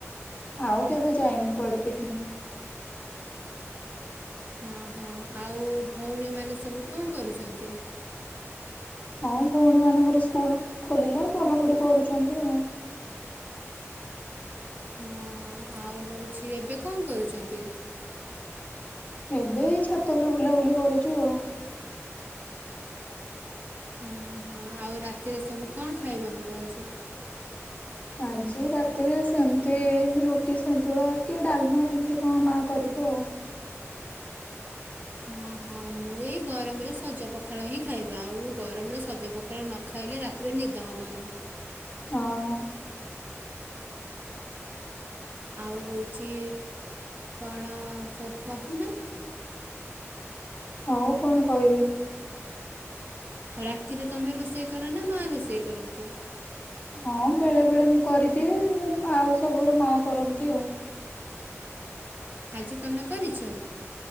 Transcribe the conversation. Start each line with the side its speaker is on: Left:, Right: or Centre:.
Left: ଆଉ କେବେ ଯାଇନି କୁଆଡ଼େ ପିକନିକ୍।
Right: ହଁ ହଁ ଆଉ ଭଉଣୀ ମାନେ ସବୁ କଣ କରୁଚନ୍ତି?
Left: ହଁ ଭଉଣୀ ମାନଙ୍କର ସ୍କୁଲ ଖୋଲିଲା ପଢ଼ାପଢି଼ କରୁଚନ୍ତି ଆଉ।
Right: ହଁ ଆଉ ହଉଛି ଏବେ କଣ କରୁଚନ୍ତି?
Left: ଏବେ ଛାତ ଉପରେ ବୁଲା ବୁଲି କରୁଚି ଆଉ।
Right: ହଁ ହଁ ଆଉ ରାତିରେ ସବୁ କଣ ଖାଇବା ହବ ଆଜି?
Left: ଆଜି ରାତିରେ ସେମିତି ରୁଟି ସନ୍ତୁଳା କି ଡାଲମା ଏମିତି କଣ ମା କରିବ ଆଉ।
Right: ହଁ ହଁ ମୁଁ ଏଇ ଗରମରେ ସଜ ପଖାଳ ହିଁ ଖାଇବି ଆଉ ଗରମରେ ସଜ ପଖାଳ ନ ଖାଇଲେ ରାତିରେ ନିଦ ହବନି।
Left: ହଁ।
Right: ଆଉ ହେଉଚି କଣ କ କହୁନ।
Left: ଆଉ କଣ କହିବେ?
Right: ରାତିରେ ତମେ ରୋଷେଇ କର ନା ମା ରୋଷେଇ କରନ୍ତି?
Left: ହଁ ବେଳେ ବେଳେ ମୁଁ କରିଦିଏ ଆଉ ସବୁ ବେଳେ ମା କରନ୍ତି ଆଉ।
Right: ଆଜି ତମେ କରିଚ?